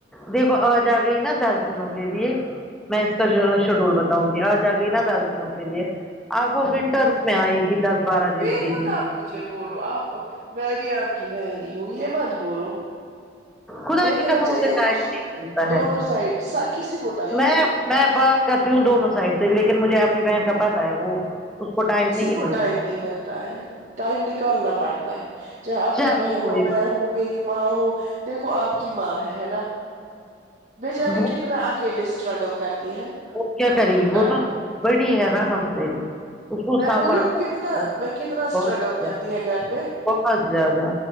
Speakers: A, in the centre; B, on the right (about 40°).
A: دیکھو آ جا گئی نا دس دنوں کے لیے میں اس کا جو شیڈول بتاؤں گی آج آ گئی نا دس دنوں کے لیے آپ وہ ونٹرس میں آئے گی دس بارہ دن
B: یہ
A: کے
B: مت
A: لیے
B: آپ مجھے بولو آپ میں بھی آپ کی بہن ہوں یے مت بولو
A: خدا
B: دیکھنا
A: کی قسم
B: چاہیے
A: اسے ٹائم
B: دوسر
A: نہیں ملتا
B: دونوں
A: ہے
B: سائڈ کسی کو ٹائم
A: میں
B: نہیں ملتا
A: میں بات کرتی ہوں دونوں سائڈ سے لیکن مجھے اپنی بہن کا پتا ہے وہ اس کو ٹائم
B: اسی
A: نہیں
B: کو
A: ملتا
B: ٹائم نہیں ملتا ہے ٹائم نکالنا پڑتا ہے چاہے آپ
A: چلو
B: کی بہن
A: کوئی
B: ہو میں
A: بات
B: ہوں میری ماں ہو دیکھو آپ کی ماں ہے ہے نا بچاری
A: وہ
B: کتنا اکیلے سٹراگل کرتی ہے
A: وہ کیا کرے
B: کتنا
A: گی وہ تو بڑی ہے نا ہم سے اس کو
B: میں
A: سنبھالنا
B: بول ہو کتنا
A: پڑے گا
B: میں کتنا اسٹرگل
A: بہت زیادہ،
B: کرتی ہے گر پے
A: بہت زیادہ